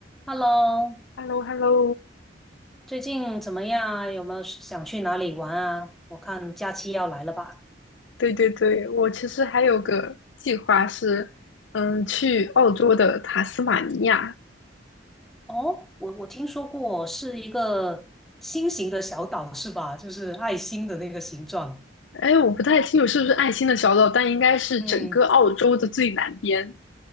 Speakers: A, in the centre; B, on the left.
A: Hello，
B: h e l l o h e l l o
A: 最近怎么样啊？有没有想去哪里玩啊？我看假期要来了吧？
B: 对对对，我其实还有个计划是，嗯，去澳洲的塔斯马尼亚。
A: 哦，我我听说过是一个心形的小岛是吧？就是爱心的那个形状。
B: 哎，我不太清楚是不是爱心的小岛，但应该是整个澳洲的最南边
A: 嗯，